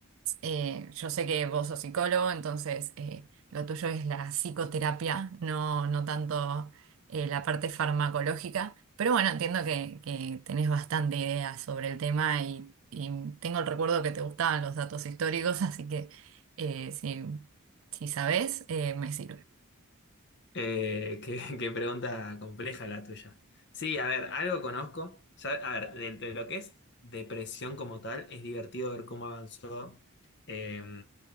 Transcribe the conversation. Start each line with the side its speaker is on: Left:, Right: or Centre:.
Right: eh, yo sé que vos sos psicólogo, entonces eh, lo tuyo es la psicoterapia, no, no tanto eh, la parte farmacológica, pero bueno, entiendo que, que tenés bastante idea sobre el tema y, y tengo el recuerdo que te gustaban los datos históricos, <laughs> así que eh, si, si sabés, eh, me sirve.
Left: Eh, qué, <laughs> qué pregunta compleja la tuya. Sí, a ver, algo conozco. Ya- a ver, de, de lo que es depresión como tal, es divertido ver cómo avanzó eh,